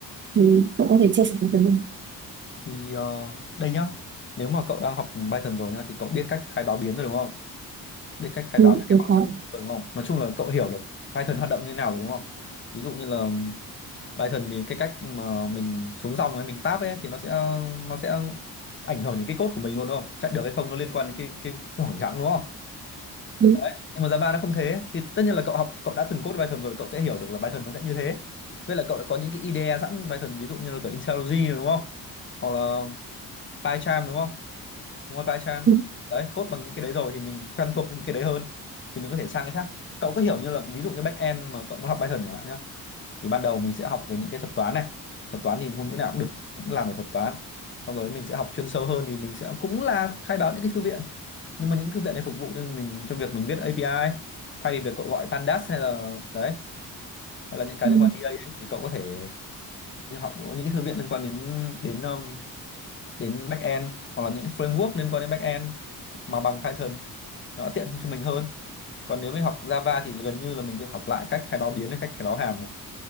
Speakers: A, on the right; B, on the left.
A: thì cậu có thể chia sẻ với tớ không?
B: thì ờ, đây nhá nếu mà cậu đang học Python rồi nhá thì cậu biết cách khai báo biến rồi đúng không biết cách khai
A: Ừ,
B: báo những cái
A: tớ
B: function
A: có
B: rồi đúng không nói chung là cậu hiểu được Python hoạt động như thế nào rồi đúng không ví dụ như là Python thì cái cách mà mình xuống dòng ấy mình tab ấy thì nó sẽ nó sẽ ảnh hưởng đến cái code của mình luôn đúng không chạy được hay không nó liên quan đến cái cái, cái khoảng trắng đúng không
A: ừ,
B: đấy nhưng mà Java nó không thế thì tất nhiên là cậu học cậu đã từng code Python rồi cậu sẽ hiểu được là Python nó sẽ như thế với lại cậu đã có những cái IDE sẵn Python ví dụ như là cả IntelliJ rồi đúng không hoặc là PyCharm đúng không đúng rồi PyCharm
A: ừ,
B: đấy code bằng những cái đấy rồi thì mình quen thuộc với những cái đấy hơn thì mình có thể sang cái khác cậu cứ hiểu như là ví dụ như back end mà cậu muốn học Python chẳng hạn nhá thì ban đầu mình sẽ học về những cái thuật toán này thuật toán thì ngôn ngữ nào cũng được cũng là một thuật toán xong rồi mình sẽ học chuyên sâu hơn thì mình sẽ cũng là khai báo những cái thư viện nhưng mà những thư viện này phục vụ cho mình cho việc mình viết API thay vì việc cậu gọi pandas hay là đấy hay là những cái
A: ừ,
B: liên quan đến ấy, thì cậu có thể như học những cái thư viện liên quan đến đến um, đến backend hoặc là những cái framework liên quan đến backend mà bằng Python thì nó tiện cho mình hơn còn nếu mình học Java thì gần như là mình sẽ học lại cách khai báo biến này, cách khai báo hàm này